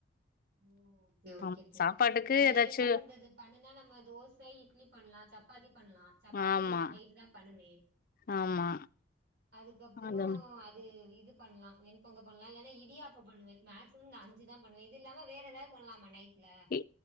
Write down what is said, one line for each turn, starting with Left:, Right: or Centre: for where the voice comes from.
Right: ஓகே ஓகே
Left: ஆமா
Right: தோழி.
Left: சாப்பாட்டுக்கு
Right: வேற
Left: ஏதாச்சு
Right: என்ன பண்றது பண்ணுனா நம்ப தோச இட்லி, பண்லா சப்பாத்தி பண்லா, சப் பாத்தி
Left: ஆமா
Right: நேத்து நைட்டுதா பண்ணுனே
Left: ஆமா
Right: அதுக்கப்புறம்
Left: அதா
Right: அது இது பண்லா வெண்பொங்க பண்லா இல்லனா இடியாப்போ பண்ணுவே மேக்சிமம் இந்த அஞ்சிதா பண்ணுவே இது இல்லாம வேற எதாது பண்லாமா நைட்ல
Left: இ